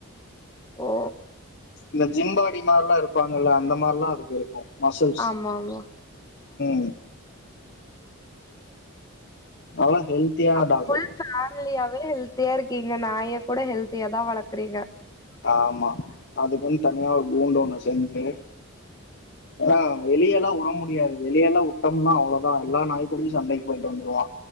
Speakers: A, on the left (about 15°); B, on the left (about 50°).
A: ஓ
B: இந்த ஜிம்பாடி மார்ல்லா இருப்பாங்கல்ல அந்த மார்லா அதுக்கு இருக்கு மசுல்ஸ்
A: ஆமா ஆமா
B: ம் நல்லா ஹெல்த்தியான
A: அ
B: டாக்
A: ஃபுல் பேம்லியாவே எல் த்தியா இருக்கீங்க நாயக் கூட ஹெல்த்தியா தா வளக்குறீங்க
B: ஆமா அதுக்குன் தனியா ஒரு கூண்டு ஒண்ணு செஞ்சி ஏனா வெளியெல்லா உட முடியாது வெளியெல்லா உட்டொம்னா அவ்ளொதா எல்லா நாய்க்கூடியு சண்டைக் போய்ட்டு வந்த்ருவா